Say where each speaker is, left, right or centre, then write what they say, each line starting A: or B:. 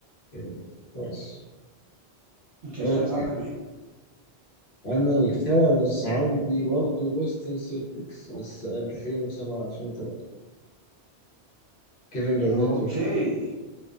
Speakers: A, on the left; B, on the right.
A: أوكي، كويس
B: يمكن
A: اوكي
B: الخامس عندك مين؟
A: انا الخامس عندي برضو بوستن سيلتكس بس 2007 2008 كيفن جارنيت
B: اوكي
A: وريك